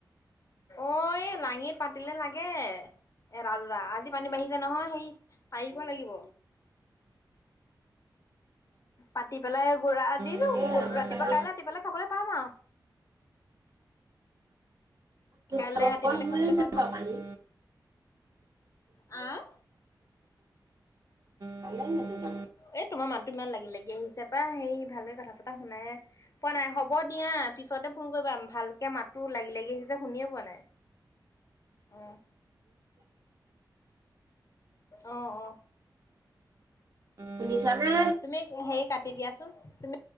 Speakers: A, on the left; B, on the right.
A: অ লাঙি পাতিলে লাগে। এৰাুৰা আজি পানী বাঢ়িছে নহয় সেই পাৰিব লাগিব পাতি পেলাই গুৰা ৰাতিপুৱা
B: তাকে আমাৰ কালি
A: কাইলৈ ৰাতিপুৱাললে খাবলৈ পাম আৰু। কাইলৈ
B: চাব
A: ৰাতিপুৱালে
B: পৰা হৈ
A: খাবলৈ
B: আছে
A: পাম
B: পানী।
A: আৰু আহ,
B: পালে দুটামান।
A: এ তোমাৰ মাতটো ইমান লাগি লাগি আহিছে পা সেই ভালকে কথা পতা শুনাই পোৱা নাই হ'ব দিয়া পিছতে ফোন কৰিবা ভালকে মাতো লাগি লাগি আহিছে শুনিয়ে পোৱা নাই উ। অ, অ,
B: শুনিছানে।
A: তুমি হেৰি কাটি দিয়াচোন তুমি।